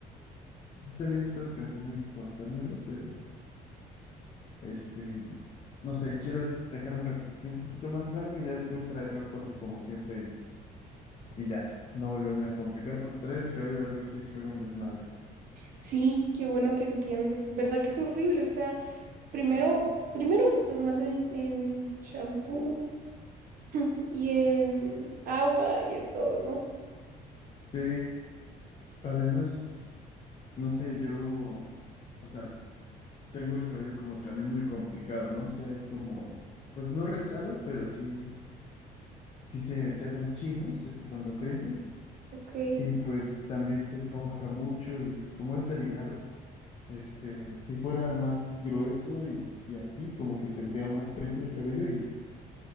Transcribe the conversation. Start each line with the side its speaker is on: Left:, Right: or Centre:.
Left: Yo también he estado pensando en cortármelo, pero este, no sé, quiero dejármelo como que un poquito más largo y ya después traerlo corto como siempre y, y ya, no volverme a complicar, porque traer el cabello largo sí es luego un desmadre.
Right: Sí, qué bueno que entiendes. ¿Verdad que es horrible? O sea, primero, primero gastas más en, en shampoo <clears throat> y en agua y en todo, ¿no?
Left: Sí, además, no sé, yo, o sea, tengo el cabello como también muy complicado, ¿no? O sea, es como, pues no rizado, pero sí, sí se, se hacen chinos, este, cuando crece,
Right: Ok.
Left: y pues también se esponja mucho y como es delgado, este, si fuera más grueso y, y así, como que tendría más peso el cabello y